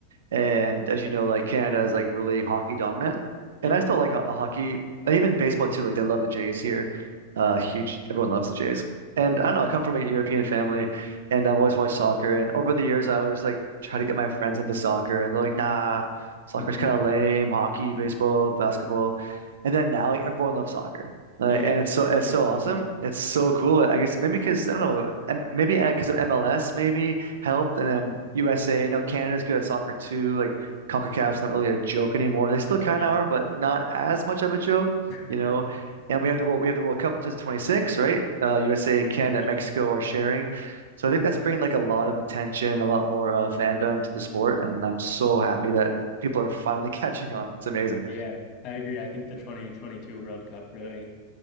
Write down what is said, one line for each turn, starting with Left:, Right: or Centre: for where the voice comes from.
Right: And as you know, like Canada is like really hockey dominant. And
Left: Yep.
Right: I still like ho- hockey and even baseball too. Like they love the Jays here. Uh, huge. Everyone loves the Jays. And
Left: <laughs>
Right: I don't know, I come from a European family and I've always watched soccer. And over the years, I always like try to get my friends into soccer and they're like, nah, soccer's
Left: hmm
Right: kind of lame, hockey, baseball, basketball. And then now like everyone loves soccer. Like,
Left: Yeah,
Right: and
Left: it's
Right: it's so it's
Left: really
Right: so
Left: blown
Right: awesome.
Left: up.
Right: It's so cool. I guess maybe because I don't know, M- maybe because of MLS, maybe helped. And then USA, I know Canada's good at soccer too. Like CONCACAF's not really a joke anymore. They still kind
Left: Yeah.
Right: of are, but not as much of a joke,
Left: <laughs>
Right: you know. And we have the world we have the World Cup in 2026, right? Uh, USA, Canada,
Left: Yep.
Right: and Mexico are sharing. So I think that's bringing like a lot of attention, a lot more uh, fandom to the sport, and I'm so happy that people are finally <laughs> catching on. It's amazing.
Left: Yeah, I agree. I think the 2022 World Cup really